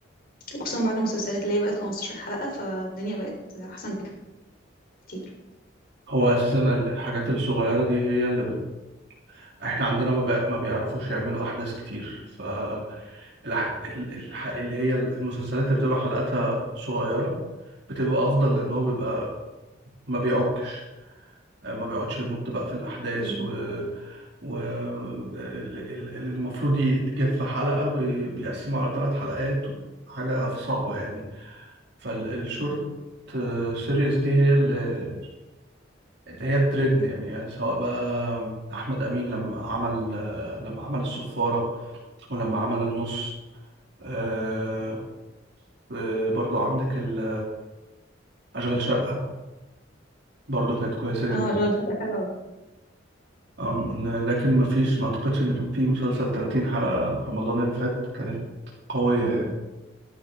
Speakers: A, on the left; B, on the right.
A: وخصوصا بعد المسلسلات اللي هي بقت 15 حلقة فالدنيا بقت احسن بكتير
B: هو اساسا ال- الحاجات الصغيره دي هي اللي بت... احنا عندنا ما, بي... ما بيعرفوش يعملوا احداث كتير ف الح... ال- الح... اللي هي المسلسلات اللي بتبقى حلقاتها صغيره بتبقى افضل لان هو بيبقى ما بيعكش آه، ما بيقعدش يمط بقى في الاحداث
A: مم.
B: و و ال- ال- اللي المفروض يتجاب في حلقه بي... بيقسمه على ثلاث حلقات حاجه صعبه يعني فالشورت سيريز دي هي اللي هي الترند يعني سواء بقى احمد امين لما عمل لما عمل الصفاره ولما عمل النص آه، آه، برضو عندك ال- اشغال شقه برضو كانت كويسه
A: اه
B: جدا
A: الغرفة حلوة
B: أم، لكن ما فيش ما اعتقدش ان كان في مسلسل 30 حلقه رمضان اللي فات كانت قويه يعني.